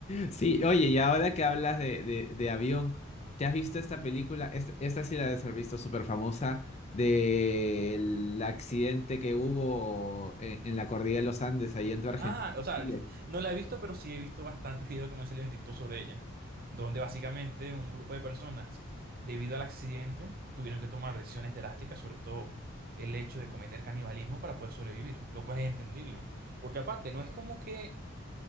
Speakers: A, on the left (about 30°); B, on the right (about 45°).
A: Sí, oye, y ahora que hablas de, de- de avión, ¿te has visto esta película? Esta, esta sí la debes haber visto, súper famosa, del accidente que hubo en, en la cordillera de los Andes, ahí entre Argentina
B: Ah, o sea,
A: y Chile.
B: <laughs> no la he visto, pero sí he visto bastantes videos que me han salido en TikTok sobre ella, donde básicamente un grupo de personas, debido al accidente, tuvieron que tomar decisiones drásticas, sobre todo el hecho de cometer canibalismo para poder sobrevivir, lo cual es entendible, porque aparte no es como que,